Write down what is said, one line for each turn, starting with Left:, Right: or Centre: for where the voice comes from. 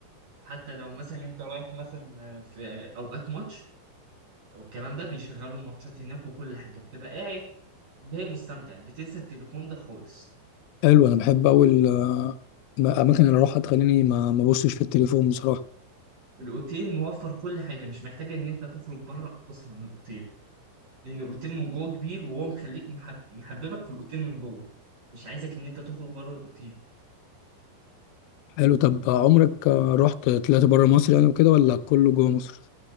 Right: حتى لو مثلا انت رايح مثلا في اوقات ماتش والكلام ده بيشغلوا الماتشات هناك وكل حاجه بتبقى قاعد جاي مستمتع بتنسى التليفون ده خالص
Left: حلو أنا بحب أوي ال- آه، الأماكن اللي أروحها تخليني ما ما أبصش في التليفون بصراحة
Right: الاوتيل موفر كل حاجه مش محتاج ان انت تخرج بره اصلا الاوتيل لان الاوتيل من جوه كبير وهو مخليك محب... محببك في الاوتيل من جوه مش عايزك ان انت تخرج بره الاوتيل
Left: حلو طب آه، عمرك آه، رحت طلعت بره مصر يعني وكده ولا كله جوه مصر